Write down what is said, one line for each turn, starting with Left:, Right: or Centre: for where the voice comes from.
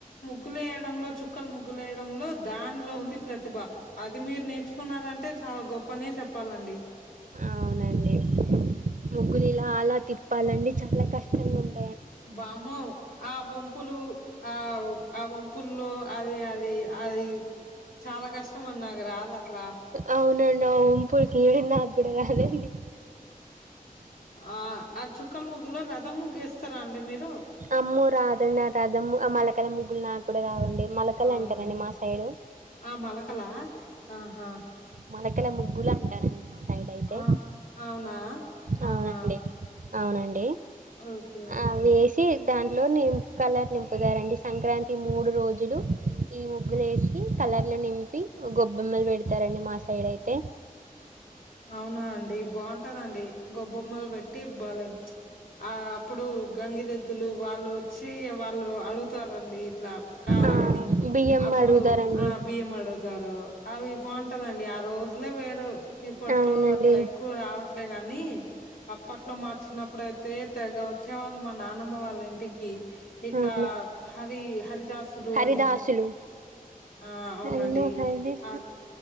Left: చక్కులేయడంలో చుక్కలు ముగ్గులేయడంలో దానిలో ఉంది ప్రతిభ అది మీరు నేర్చుకున్నారంటే చాలా గొప్పనే చెప్పాలండి
Right: అవునండి
Left: అవునండి
Right: ముగ్గులు ఇలా అలా తిప్పాలండి చాలా కష్టంగా ఉ
Left: బామ్మ ఆ వంపులు ఆ ఆ వంపుల్లో అది అది అది చాలా కష్టం అని నాకు రాదు అట్లా
Right: అవునండి అవు ఓంపులకినాకు కూడా రాధండి
Left: ఆ ఆ చుక్కల ముగ్గులో రథం ముగ్గేస్తారా అండి మీరు
Right: అమ్మ రాద నా రాదమ్ మలకల్ ముగ్గులు నాకు కూడా రావండి మలకల్
Left: అవునవును
Right: అంటారండి మా సైడు
Left: ఆ మలకలా ఆహా
Right: మనకలో ముగ్గులు అంటారండి మా సైడ్ అయితే
Left: ఆ అవునా
Right: అవునండి
Left: ఆహా
Right: అవునండి
Left: ఓకే
Right: ఆ వేసి దాంట్లో నిం కలర్ నింపుతారండి సంక్రాంతి మూడు రోజులు ఈ ముగ్గులు వేసి కలర్లు నింపి గొబ్బెమ్మలు పెడతారండి మా సైడ్ అయితే
Left: అవునా అండి బాగుంటదండి గొబ్బొమ్మలు పెట్టి ఇ బ్వలేం ఆ ఇప్పుడు గంగిరెద్దులు వాళ్ళు వచ్చి వాళ్ళు అడుగుతారండి ఇట్లా కావాలని
Right: ఆ బియ్యం
Left: అప్పుడు
Right: అడుగుతారండి
Left: ఆ బియ్యం అడుగుతారు అవి బాగుంటదండి ఆ రోజులే వేరే ఇప్పట్లో
Right: అవునండి
Left: అట్లా ఎక్కువ రావట్లే కానీ అప్పట్లో మార్చినప్పుడుయితే తెగ వచ్చేవాళ్ళు మా నానమ్మ వాళ్ళ ఇంటికి ఎట్లా
Right: అవునండి
Left: హరి హరిదాసులు
Right: హరిదాసులు
Left: అని ఆ అవునండి
Right: హలో హరిద
Left: ఆ